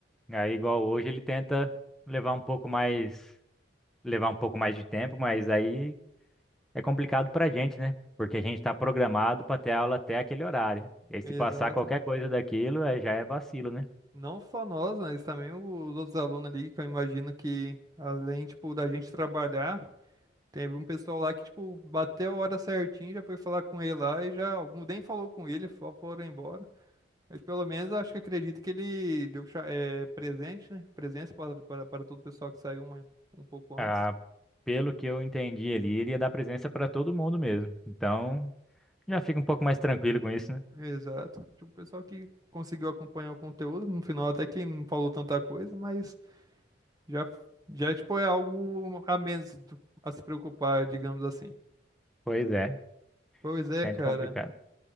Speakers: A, in the centre; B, on the right.
A: Aí, igual hoje, ele tenta levar um pouco mais. levar um pouco mais de tempo, mas aí é complicado pra gente, né? Porque a gente tá programado pra ter aula até aquele horário. E aí
B: Exato,
A: se passar qualquer
B: né?
A: coisa daquilo, é, já é vacilo, né?
B: Não só nós, mas também os outros alunos ali, que eu imagino que, além, tipo, da gente trabalhar, teve um pessoal lá que, tipo, bateu a hora certinho, já foi falar com ele lá e já, algum nem falou com ele, só foram embora. Mas pelo menos acho que acredito que ele deu cha- eh, presente, né? Presença para, para, para todo o pessoal que saiu uma- um pouco antes.
A: Ah, pelo que eu entendi ali, ele ia dar presença pra todo mundo mesmo. Então, já fica um pouco mais tranquilo com isso, né?
B: Exato. Tipo, o pessoal que conseguiu acompanhar o conteúdo, no final até que não falou tanta coisa, mas já, já tipo, é algo a menos do- a se preocupar, digamos assim.
A: Pois é,
B: Pois
A: sempre
B: é, cara.
A: complicado.